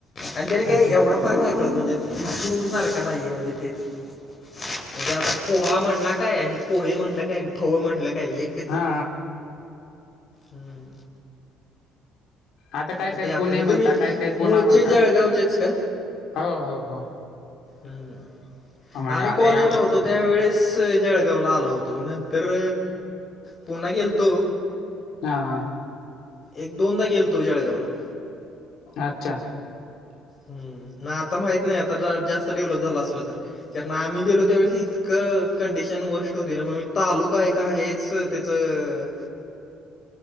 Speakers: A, on the left; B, on the left.
A: आणि त्यानी काही
B: तशीच
A: एवढा फरक नाही पडतं म्हणजे स्कुल सारखं नाहीये म्हणजे तेचं म्हणजे पोहा म्हणला काय आणि पोहे म्हणलं काय आणि फव म्हणलं काय एकच.
B: हा.
A: हम्म.
B: आता काय
A: तर
B: - काय
A: ते असं
B: पुणे
A: मग
B: म्हणता.
A: तुम्ही
B: काय
A: मूळचे
B: पुनं म्हणता.
A: जळगावचेच का?
B: हो - हो - हो.
A: हम्
B: म्हणजे
A: आम्ही
B: आता
A: कॉलेजला
B: या आम्हाला
A: होतो. त्यावेेळेस जळगावला आलो होतो नंतर पुन्हा गेलतो.
B: हा. हा.
A: एक दोनदा गेलोतो जळगावला.
B: अच्छा!
A: हम्म न आता माहीतं नाही आता जास्तं डेव्हलप झाला असल तर. कारण आम्ही गेलो त्यावेळेसं इतकं कंडिशन वर्स्ट होती. ना मग तालुका एक आहेचं त त्याचं
B: <inaudible>